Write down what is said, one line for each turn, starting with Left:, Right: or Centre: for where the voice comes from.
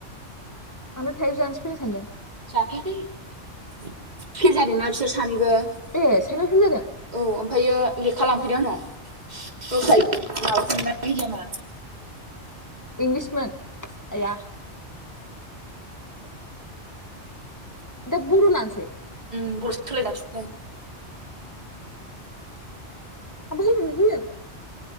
Left: आंलाय थाइजौ जानोसो फैदों सानदों।
Right: जाफैयाखै फेल जादोंना बिसोर सानैबो औ।
Left: ए साइनाव फेल जादों
Right: ओमफायो लेखा लांफैदों आंनाव रसायो माबासोना मिडियामआ
Left: इंलिसमोन। आया दा बर' लानोसै।
Right: उम बर'सो सोलायलायसैनो।
Left: <unintelligible> बिसोरो। बिसोर